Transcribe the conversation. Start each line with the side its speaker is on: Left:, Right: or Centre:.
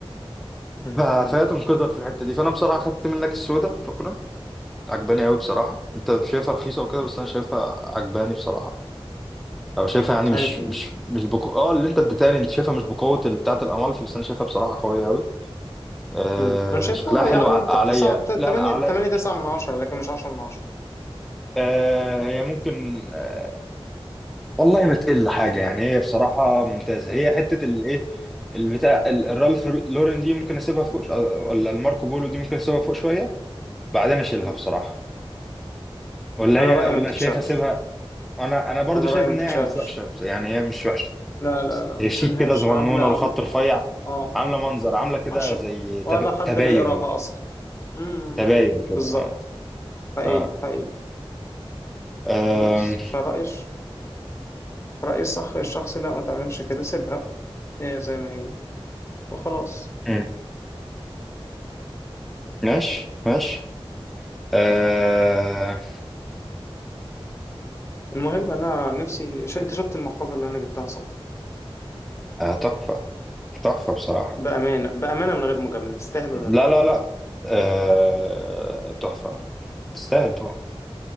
Left: مم.
Centre: ف- فهي
Left: مم.
Centre: تنقذك في الحتة دي فانا بصراحة خدت منك السودة شكرا عجباني قوي بصراحة انت شايفها رخيصة وكده بس
Left: مم.
Centre: انا شايفها عجباني بصراحة او شايفها يعني مش
Left: أنهي
Centre: مش
Left: دي
Centre: مش بقو... اه اللي انت اديتها لي انت شايفها مش بقوه اللي بتاعه الامالفي بس انا شايفها بصراحه قويه قوي آه
Left: مم. أنا شايفها
Centre: شكلها حلو
Left: يعني
Centre: على...
Left: ت-
Centre: عليا
Left: تسعة ت-
Centre: لا
Left: تمانية
Centre: لا عليا
Left: تمانية تسعة من عشرة لكن مش عشرة من عشرة
Centre: آه هي ممكن آه، والله ما تقل حاجه
Left: في
Centre: يعني
Left: أع-
Centre: هي بصراحه ممتازه
Left: مم.
Centre: هي حته الايه البتاع ال- الرالف لورين دي ممكن اسيبها فوق ش- آه، ولا الماركو بولو دي ممكن اسيبها فوق شويه بعدين اشيلها
Left: مم.
Centre: بصراحه ولا
Left: أنا
Centre: هي
Left: رأيي
Centre: ولا
Left: ما تتشالش
Centre: شايف اسيبها انا انا برضو
Left: أنا
Centre: شايف
Left: رأيي ما
Centre: ان
Left: تتشالش
Centre: هي مش وحشه بس- يعني هي مش وحشه
Left: لا لا لا ما
Centre: هي
Left: تشيلهاش
Centre: شيك كده صغنونه
Left: عاملة عاملة
Centre: الخط رفيع
Left: آه آه
Centre: عامله منظر عامله كده
Left: عشرة
Centre: زي تب...
Left: ولا حد
Centre: تباين
Left: بيقراها أصلا مم.
Centre: تباين
Left: بالظبط
Centre: كده اه
Left: حقيقي
Centre: اه
Left: حقيقي
Centre: آم،
Left: بس فرأيي رأيي الصح الشخصي لا ما تعملش كده سيبها هي زي ما هي وخلاص
Centre: مم. ماشي ماشي
Left: مم.
Centre: آه،
Left: المهم انا نفسي ش... انت شفت المحفظه اللي انا جبتها صح
Centre: آه، تحفه تحفه بصراحه
Left: بامانه بامانه من غير مجامله تستاهل
Centre: لا
Left: ولا لا
Centre: لا لا آه، تحفه تستاهل طبعا